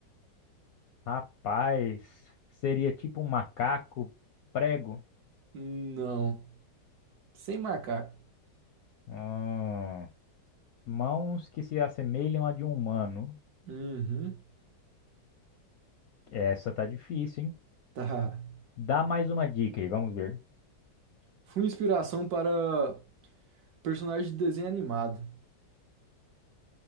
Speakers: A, on the left (about 70°); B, on the right (about 65°).
A: Rapaz, seria tipo um macaco prego.
B: não. Sem macaco.
A: Hum. Mãos que se assemelham à de um humano.
B: Uhum.
A: Essa tá difícil, hein?
B: Tá.
A: Dá mais uma dica aí, vamos ver.
B: Fui inspiração para personagem de desenho animado.